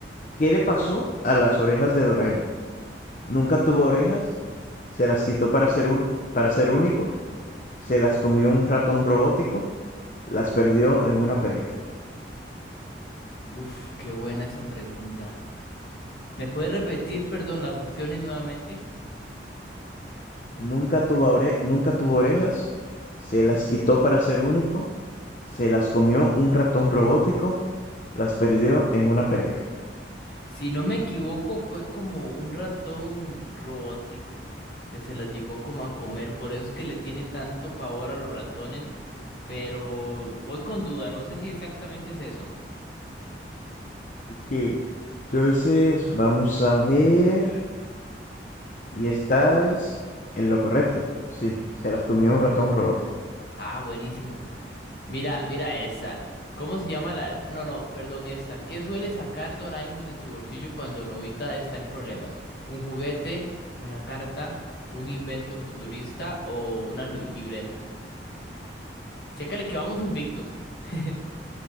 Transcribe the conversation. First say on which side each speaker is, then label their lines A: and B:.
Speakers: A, on the left; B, on the left.
A: ¿qué le pasó a las orejas de Doraemon? ¿Nunca tuvo orejas? ¿Se las quitó para ser, ul- para ser único? ¿Se las comió un ratón robótico? ¿Las perdió en una pelea?
B: Uf, qué buena esa pregunta. ¿Me puedes repetir, perdón, las opciones nuevamente?
A: ¿Nunca tuvo ore- nunca tuvo orejas? ¿Se las quitó para ser único? ¿Se las comió un ratón robótico? ¿Las perdió en una pelea?
B: Si no me equivoco, fue como un ratón robótico que se las llegó como a comer, por eso es que le tiene tanto pavor a los ratones. pero voy con duda, no sé si exactamente es eso.
A: Ok, Entonces, vamos a ver. Y estás en lo correcto. Sí, se las comió un ratón robótico.
B: Ah, buenísimo. Mira, mira esta. ¿Cómo se llama la...? No, no, perdón, esta. ¿Qué suele sacar Doraemon de su bolsillo cuando Novita está en problemas? ¿Un juguete, una carta, un invento futurista o una lu- libreta? Chécale que vamos invictos. <laughs>